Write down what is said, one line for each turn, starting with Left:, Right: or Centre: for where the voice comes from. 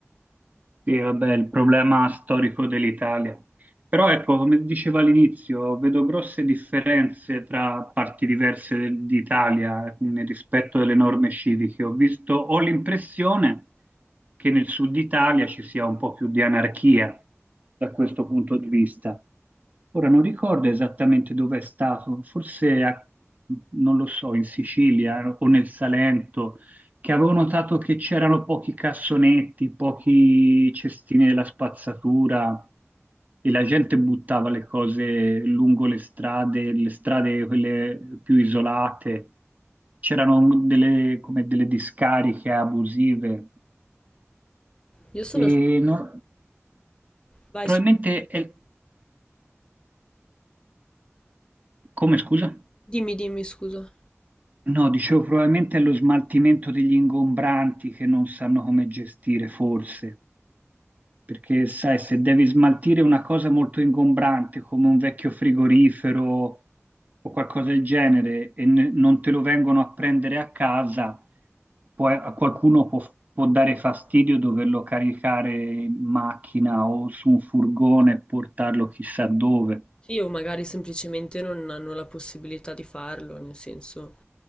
Right: Sì, vabbè, il problema storico dell'Italia. Però ecco, come dicevo all'inizio, vedo grosse differenze tra parti diverse del- d'Italia nel rispetto delle norme civiche. Ho visto, ho l'impressione che nel sud Italia ci sia un po' più di anarchia da questo punto di vista. Ora non ricordo esattamente dove è stato, forse a- non lo so, in Sicilia o nel Salento che avevo notato che c'erano pochi cassonetti, pochi cestini della spazzatura e la gente buttava le cose lungo le strade, le strade quelle più isolate. C'erano delle, come delle discariche abusive.
Left: Io sono...
Right: E no-
Left: Vai,
Right: probabilmente
Left: scu-
Right: è... Come scusa?
Left: dimmi, dimmi, scusa.
Right: No, dicevo, probabilmente è lo smaltimento degli ingombranti che non sanno come gestire, forse. Perché, sai, se devi smaltire una cosa molto ingombrante come un vecchio frigorifero o qualcosa del genere e ne- non te lo vengono a prendere a casa, poi a qualcuno può, può dare fastidio doverlo caricare in macchina o su un furgone e portarlo chissà dove.
Left: Sì, o magari semplicemente non hanno la possibilità di farlo, nel senso,